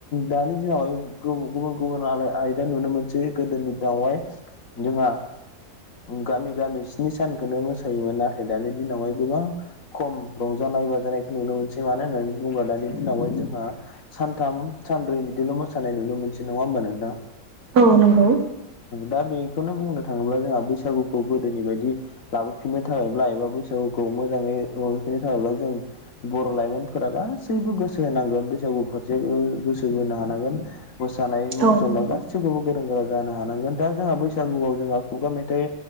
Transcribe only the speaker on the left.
दानि दिनावहाय गुबुन गुबुन आयदा नुनो मोनसै गोदोनि दिनावहाय जोंहा गामि गामि स्नि सानखौनो मोसायोमोन नाथाय दानि दिनावहाय गोबां खम रंजानाय बाजानायखौ नुनो मोनसै मानो होननानै बुङोब्ला दानि दिनावहाय जोंहा सानथाम सानब्रै बिदिल' मोसानाय नुनो मोनसै नङा होमबा नोंथां
दा बेखौनो बुंनो थाङोब्ला जोंहा बैसागुखौ गोदोनि बायदि लाबोफिननो थाखायब्ला एबा बैसागुखौ मोजाङै लाबोफिननो थाखायब्ला जों बर' लाइमोनफोरा गासैबो गासैबो गोसो होनांगोन बैसागु फारसेबो गोसो बोनो हानांगोन मोसानाय मुसुरनाय
गासैबो गासैखौबो गोरों गोरा जानो हानांगोन दा जोंहा बैसागुआव जोंहा खुगा मेथाइ